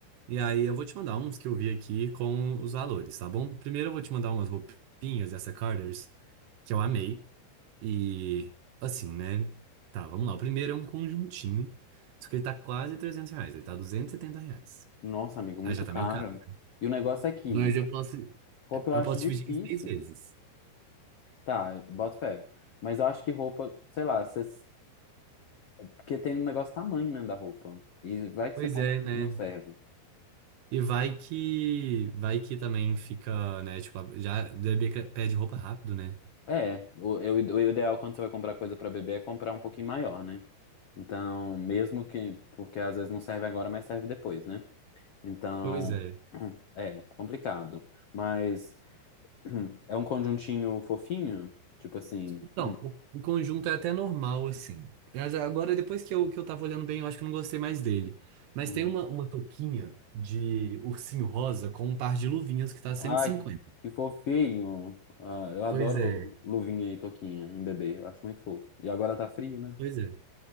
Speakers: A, on the right; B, on the left.
A: e aí eu vou te mandar uns que eu vi aqui com os valores, tá bom? Primeiro eu vou te mandar umas roupinhas dessa Carter's que eu amei. E assim, né? Tá, vamos lá. O primeiro é um conjuntinho, só que ele tá quase 300 reais, ele tá 270 reais.
B: Nossa, amigo, muito
A: Aí já tá
B: caro.
A: meio caro.
B: E o negócio é que
A: Mas eu posso,
B: roupa eu
A: eu
B: acho
A: posso
B: difícil.
A: dividir em seis vezes.
B: Tá, boto fé. Mas eu acho que roupa, sei lá, você Porque tem um negócio tamanho, né, da roupa. E vai que
A: Pois
B: você compra,
A: é, né?
B: não serve.
A: E vai que, vai que também fica, né? Tipo, já o bebê que pede roupa rápido, né?
B: É, o, eu- o ideal quando você vai comprar coisa pra bebê é comprar um pouquinho maior, né? Então, mesmo que. Porque às vezes não serve agora, mas serve depois, né? Então.
A: Pois é.
B: <clears throat> É, complicado. Mas. <clears throat> É um conjuntinho fofinho? Tipo assim.
A: Então,
B: <clears throat>
A: o, o conjunto é até normal, assim. Mas agora, depois que eu, que eu tava olhando bem, eu acho que eu não gostei mais dele. Mas
B: Uhum.
A: tem uma, uma touquinha de ursinho rosa com um par de luvinhas que tá cento
B: Ai,
A: e cinquenta
B: que fofinho! Ah, eu adoro
A: Pois é,
B: luvinha e toquinha em bebê. Eu acho muito fofo. E agora tá frio, né?
A: pois é.